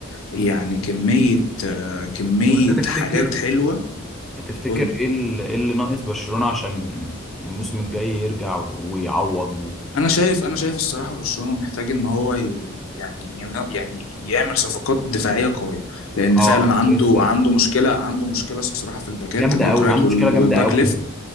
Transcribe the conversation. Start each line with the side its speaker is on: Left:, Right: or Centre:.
Left: يعني كميه آه، كميه
Centre: طب انت تفتكر
Left: حاجات حلوه
Centre: تفتكر
Left: قول لي
Centre: ايه ال- إيه اللي ناقص برشلونة عشان الموسم الجاي يرجع و- ويعوض و...
Left: انا شايف انا شايف الصراحه برشلونه محتاج ان هو ي- يعني ين- يعني يعمل صفقات دفاعيه قويه لان
Centre: اه
Left: فعلا عنده
Centre: لسه
Left: عنده مشكله عنده مشكله الصراحه في الباكات
Centre: جامدة
Left: الباك
Centre: قوي
Left: رايت
Centre: عنده
Left: وال-
Centre: مشكلة جامدة
Left: والباك
Centre: قوي
Left: ليفت